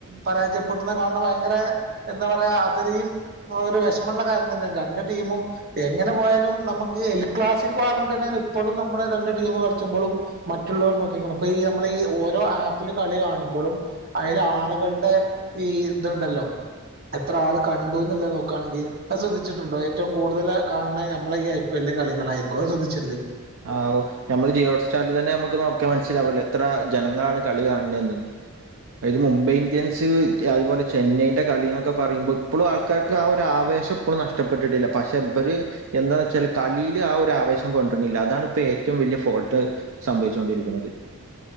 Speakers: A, on the right (about 45°); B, on the right (about 60°).
A: പരാജയപ്പെട്ണെ കാണ് ണെ വയ ങ്കനെ എന്തപറയാ അത്തരീം ഒരു വേശ്മള്ള കാര്യന്തന്നെണ് രണ്ട് ടീമും എങ്ങനെപോയാലു നമ്മക്ക് എൽ ക്ലാസിക്കൊർഞ്ഞിട്ടന്നെണ് പ്പളും നമ്മളെ രണ്ട് ടീമ് കൾച്ചുമ്പളും മറ്റുള്ളോര് നോക്കിക്കു- പ്പ... ഈ... മ്മളെ ഈ... ഓരോ ആപ്പില് കളി കാണുമ്പളും അതയ്ല് ആള്കൾടെ ഈ ത്ണ്ടല്ലോ എത്ര ആള് കണ്ടൂന്നുള്ള നോക്കാണെങ്കി അത് ശ്രദ്ധിച്ചിട്ടുണ്ടോ ഏറ്റോം കൂടുതല് കാണ് ണെ അമ്മളെ ഈ ഐ പി എൽ ന്റെ കളിന്നൊള്ളെ അസ <unintelligible> ച്ചു
B: ആഓ ഞമ്മള് ജിഒട്ട്സ്റ്റാൽ തന്നെ നമ്മക്ക് നോക്യാ മൻസ്സിലാവോല്ലോ ത്ര ജനങ്ങണ് കളി കാണ്ണെന്ന്... ഇത് മുംബൈ ഇന്ത്യൻസ്.... അത്പോലെ ചെന്നൈന്റെ കളി ന്നൊക്കെ പറീമ്പോ പ്പളും ആൾക്കാർക്ക ആ ഒരു ആ വെശപ്പും നഷ്ടപ്പെട്ടിട്ടില്ല പഷേ ബ്ബര് എന്താന്നെച്ചാല് കളില് ആ ഒരാവേശം കൊണ്ട്ര <unintelligible> ണില്ല അതാണിപ്പെറ്റോം വെല്യേ ഫോൾട്ട് സംഭവിച്ചൊണ്ടിരിക്കണത്.